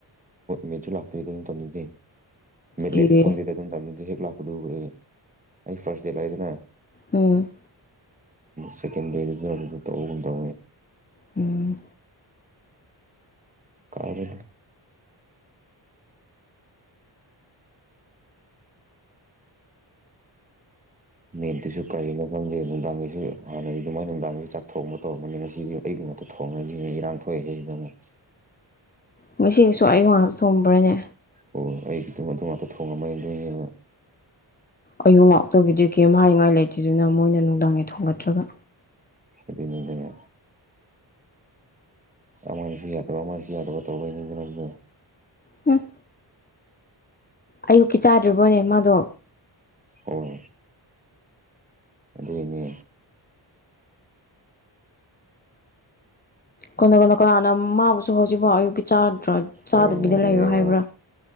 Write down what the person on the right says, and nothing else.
ꯃꯦꯠꯆꯨ ꯂꯥꯛꯇ꯭ꯔꯤꯗꯤ ꯅꯨꯡꯇꯗꯨꯗꯤ ꯃꯤꯠꯂꯕꯁꯨ
ꯈꯪꯗꯦꯗ ꯑꯗꯨꯝ ꯇꯝꯗꯗꯤ ꯍꯦꯛ ꯂꯥꯛꯄꯗꯨꯕꯨ ꯑꯩ ꯐꯥꯔꯁ ꯗꯦꯠ ꯂꯥꯛꯏꯗꯅ
ꯁꯀꯦꯟꯀꯦꯟ ꯗ ꯇꯧꯕꯗ
ꯀꯔꯤ ꯃꯤꯦꯠꯇꯨꯁꯨ ꯀꯔꯤꯅꯣ ꯈꯪꯗꯦ ꯅꯨꯡꯗꯥꯡꯒꯤꯁꯨ ꯍꯥꯟꯅꯗꯤ ꯑꯗꯨꯃꯥꯏ ꯅꯨꯡꯗꯥꯡꯒꯤꯁꯨ ꯆꯥꯛ ꯊꯣꯡꯑꯕ ꯇꯧꯔꯝꯕꯅꯦ ꯉꯁꯤꯗꯤ ꯊꯣꯡꯉꯁꯤꯅ ꯏꯔꯥꯡ ꯊꯣꯛꯏꯈꯩꯁꯤꯗ ꯑꯃꯨꯛ
ꯑꯣ ꯑꯩꯒꯤ ꯑꯗꯨꯝ ꯑꯗꯨ ꯉꯥꯛꯇ ꯊꯣꯡꯉꯃ ꯌꯦꯡꯗꯣꯏꯅꯦꯕ
ꯑꯗꯨꯗꯅꯦ ꯑꯃꯥꯡꯁꯨ ꯌꯥꯗ ꯑꯃꯥꯡꯁꯨ ꯌꯥꯗꯕ ꯇꯧꯗꯅꯗ
ꯑꯣ ꯑꯗꯨꯅꯦ
ꯍꯣꯏ ꯑꯗꯨꯅꯦꯕ